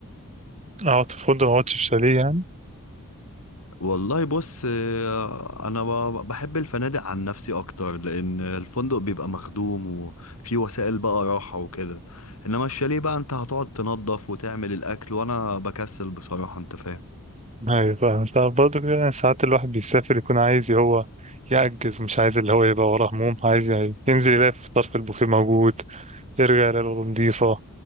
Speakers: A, on the right (about 30°); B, on the left (about 85°).
A: أقعد في فندق ما أقعدش في شاليه يعني
B: والله بص آه، انا ب- بحب الفنادق عن نفسي اكتر لان الفندق بيبقى مخدوم وفي وسائل بقى راحة وكده انما الشاليه بقى انت هتقعد تنظف وتعمل الاكل وانا بكسل بصراحة انت فاهم
A: أيوة فاهم أنت برضه كده يعني ساعات الواحد بيسافر يكون عايز هو يعجز مش عايز اللي هو يبقى وراه هموم عايز يعني ينزل يلاقي في طرف البوفيه موجود يرجع يلاقي الأوضة نضيفة